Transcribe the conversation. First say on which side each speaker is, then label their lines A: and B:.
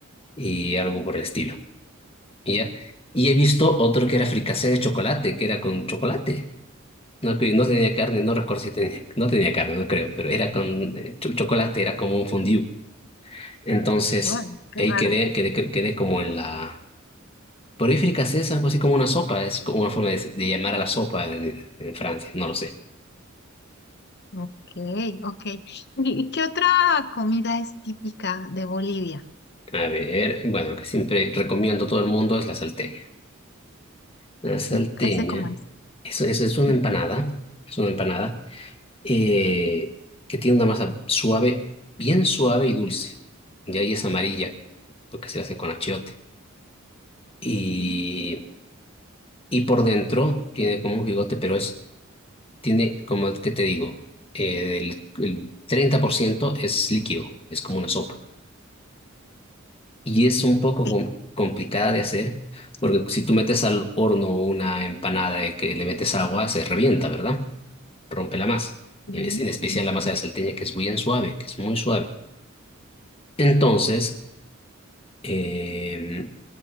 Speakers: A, on the left; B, on the left.
A: y algo por el estilo, ¿ya? Y he visto otro que era fricasé de chocolate, que era con chocolate. No, que no tenía carne, no recuerdo si tenía, no tenía carne, no creo, pero era con eh, cho- chocolate, era como un fondue. Entonces,
B: Bueno, qué
A: ahí
B: raro.
A: quedé, quedé, quedé como en la Pero fricasé es algo así como una sopa, es como una forma de, de llamar a la sopa en, en Francia, no lo sé.
B: Ok, ok. ¿Y, y qué otra comida es típica de Bolivia?
A: A ver, bueno, lo que siempre recomiendo a todo el mundo es la salteña. La salteña
B: ¿Y ese cómo es?
A: eso es, es una
B: Ujú,
A: empanada, es una empanada eh, que tiene una masa suave, bien suave y dulce. Y ahí es amarilla, porque se hace con achiote. Y,
B: ujú.
A: y por dentro tiene como un bigote, pero es, tiene, como qué te digo, eh, el, el 30% es líquido, es como una sopa. Y es un poco
B: Eh,
A: com- complicada de hacer, porque si tú metes al horno una empanada de que le metes agua, se revienta, ¿verdad? Rompe la masa.
B: ujú,
A: En, es- en especial
B: ujú.
A: la masa de salteña, que es bien suave, que es muy suave. Entonces, eh,